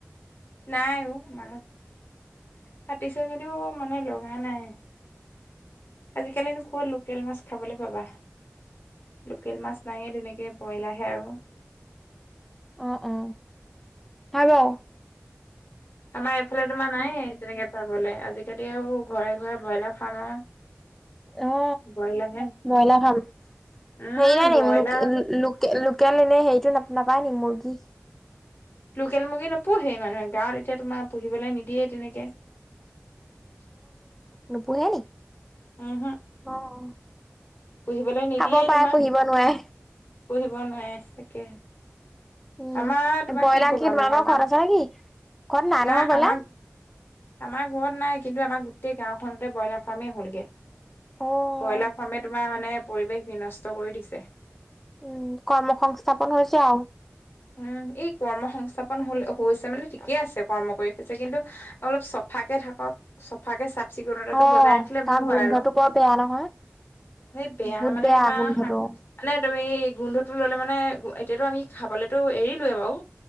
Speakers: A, on the left; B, in the centre.
A: নাই অ মাছ, পাতিছ কিদিও মানে লগা নাই। আজিকালিনো ক'ত লোকেল মাছ খাবলৈ পাবা? লোকেল মাছ নাইয়ে তেনেকে বইলাৰহে আৰু।
B: অ অ, আৰু
A: আমাৰ এইফালে তোমাৰ নাইয়ে তেনেকে পাবলে, আজিকালি আৰু ঘৰে ঘৰে ব্ৰইলাৰ ফাৰ্মৰ
B: অ
A: ব্ৰইলাৰহে
B: বইলাৰ ফাৰ্ম।
A: উম
B: হেৰি নাই
A: ব্ৰইলাৰ
B: নিকি লোকে লো লোকে লোকেল এনেই হেৰিটো ন নাপায় নি মুৰ্গী?
A: লোকেল মুৰ্গী নোপোহে মানুহে, গাঁৱত এতিয়া তোমাৰ পুহিবলৈ নিদিয়েই তেনেকে। <inaudible>
B: নুপুহে নি?
A: উমহু
B: অ অ।
A: পুহিবলৈ নিদিয়েই
B: খাব পাৰে,
A: তোমাৰ
B: পুহিব নোৱাৰে।
A: পুহিব নোৱাৰে তাকে।
B: উম,
A: আমাৰ তোমাৰ
B: ব্ৰইলাৰ
A: কি কবা
B: তোমালোকৰ
A: মানে আমাৰ?
B: ঘৰত আছে নেকি? ঘৰত নহয়
A: নাই
B: ব্ৰইলাৰ?
A: আমাৰ আমাৰ ঘৰত নাই কিন্তু আমাৰ গোটেই গাঁওখনতে ব্ৰইলাৰ ফাৰ্মেই হ'লগে।
B: অ',
A: ব্ৰইলাৰ ফাৰ্মে তোমাৰ মানে পৰিৱেশ বিনষ্ট কৰি দিছে।
B: উম কৰ্ম সংংস্থাপন হৈছে আৰু।
A: উম এই কৰ্ম সংস্থাপন হল হৈছে মানে ঠিকেই আছে কৰ্ম কৰি হৈছে কিন্তু অলপ চফাকে থাকক। চাফাকে চাফ চিকুণতাটো
B: অ'
A: বজাই ৰাখিলে
B: তাৰ
A: ভাল হয়
B: গোন্ধটো
A: আৰু
B: বৰ বেয়া নহয়,
A: সেই বেয়া
B: বহুত
A: মানে তোমাৰ
B: গোন্ধটো।
A: মানে তুমি গোন্ধটো ললে মানে এতিয়াতো আমি খাবলেতো এৰিলোৱে বাৰু